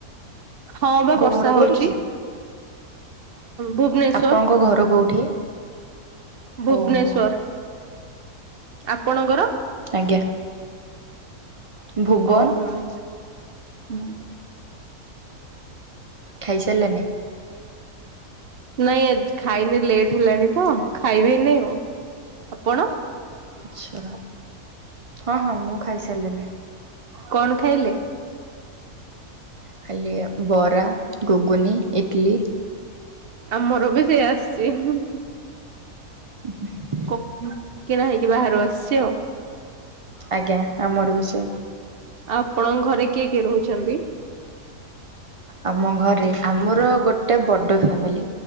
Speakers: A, on the right (about 45°); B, on the right (about 60°).
A: ହଁ ବା ବର୍ଷା
B: ଘର କୋଉଠି
A: ହଉଛି।
B: କି?
A: ଭୁବନେଶ୍ଵର
B: ଆପଣଙ୍କ ଘର କୋଉଠି?
A: ଭୁବନେଶ୍ଵର
B: ଓହୋ
A: ଆପଣଙ୍କର?
B: ଆଜ୍ଞା। ଭୁବନ
A: ଓ ହୋ ହଁ।
B: ଖାଇସାରିଲେଣି?
A: ନାଇଁ ଖାଇନି ଲେଟ୍ ହେଲାଣି ତ ଖାଇବେନି ଆଉ ଆପଣ?
B: ଆଚ୍ଛା ହଁ ହଁ ମୁଁ ଖାଇସାରିଲିଣି।
A: କଣ ଖାଇଲେ?
B: ଖାଲି ବରା ଘୁଗୁନି ଇଟଲି।
A: ଆମର ବି ସେଇଆ ଆସିଛି।
B: ହୁଁ ହୁଁ।
A: କୋ କିଣା ହେଇକି ବାହାରୁ ଆସିଛି ଆଉ।
B: ଆଜ୍ଞା ଆମର ବି ସେଇଆ।
A: ଆଉ ଆପଣଙ୍କ ଘରେ କିଏ କିଏ ରହୁଛନ୍ତି?
B: ଆମ ଘରେ ଆମର ଗୋଟେ ବଡ ଫ୍ୟାମିଲି।